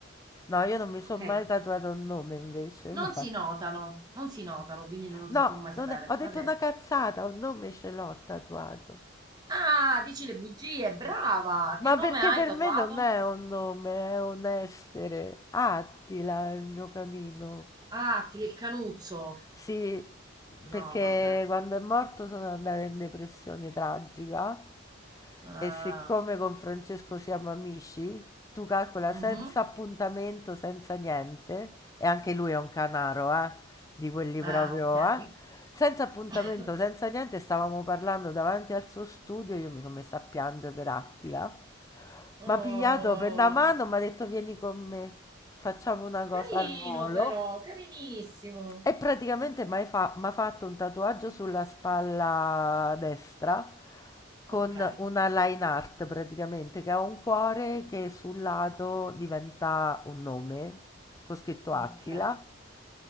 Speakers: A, on the left (about 15°); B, on the right (about 20°).
A: No, io non mi sono
B: Ok?
A: mai tatuato un nome invece,
B: Non
A: mai.
B: si notano, non si notano, quindi non
A: No,
B: si può mai sapere.
A: non è-
B: Mio
A: ho detto
B: padre.
A: una cazzata, un nome ce l'ho tatuato.
B: Ah, dici le bugie, brava! Che
A: Ma
B: nome
A: perché
B: hai
A: per
B: tatuato?
A: me non è un nome, è un essere. Attila, il mio canino.
B: Ah, ti il canuzzo!
A: Sì, perché
B: No, vabbè.
A: quando è morto sono andata in depressione tragica
B: Ah,
A: e siccome con Francesco siamo amici, tu calcola
B: mhm.
A: senza appuntamento, senza niente, e anche lui è un canaro, eh, di quelli
B: Ah,
A: proprio,
B: ok.
A: eh, senza appuntamento,
B: <coughs>
A: senza niente, stavamo parlando davanti al suo studio, io mi sono messa a piangere per Attila,
B: Oh,
A: mi ha pigliato per la mano, mi ha detto vieni con me, facciamo una cosa
B: carino
A: al volo.
B: però, carinissimo.
A: E praticamente mi ha fatto un tatuaggio sulla spalla destra con
B: Ok,
A: una line art praticamente, che ha un cuore che sul lato diventa un nome, con scritto Attila
B: ok.